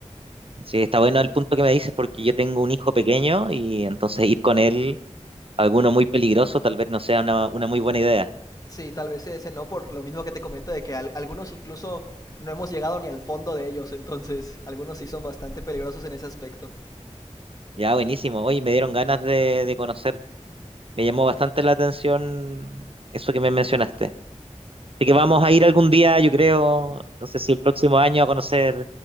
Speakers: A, on the right; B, on the left.
A: Sí, está bueno el punto que me dices porque yo tengo un hijo pequeño y entonces ir con él a alguno muy peligroso tal vez no sea una, una muy buena idea.
B: Sí, tal vez ese no, por lo mismo que te comento de que al- algunos incluso no hemos llegado ni al fondo de ellos, entonces algunos sí son bastante peligrosos en ese aspecto.
A: Ya, buenísimo. Oye, me dieron ganas de, de conocer. Me llamó bastante la atención eso que me mencionaste. Así que vamos a ir algún día, yo creo, no sé si el próximo año a conocer